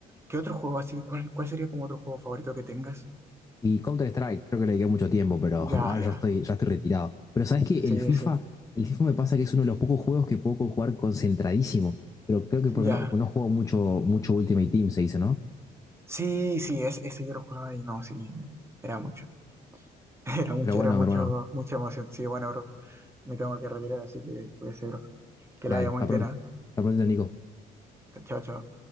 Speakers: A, on the right; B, on the left.
A: ¿Qué otro juego así? ¿Cuál, cuál sería como otro juego favorito que tengas?
B: Y Counter-Strike, creo que le dediqué mucho tiempo, pero <laughs>
A: Ya,
B: ahora
A: ya.
B: ya estoy, ya estoy retirado. Pero ¿sabes que El
A: Sí,
B: FIFA,
A: sí.
B: el FIFA me pasa que es uno de los pocos juegos que puedo jugar concentradísimo. Pero creo que porque
A: Ya.
B: no, no juego mucho, mucho Ultimate Team, se dice, ¿no?
A: Sí, sí, es- ese yo lo jugaba y no, sí. Era mucho. <laughs> Era mucho,
B: Pero bueno,
A: era mucho,
B: mi hermano,
A: mucha emoción. Sí, bueno, bro. Me tengo que retirar, así que cuídese, bro. Que
B: dale,
A: la haya
B: está
A: muy
B: pronto.
A: bien, ¿ah?
B: Está pronto, Nico.
A: Chao, chao.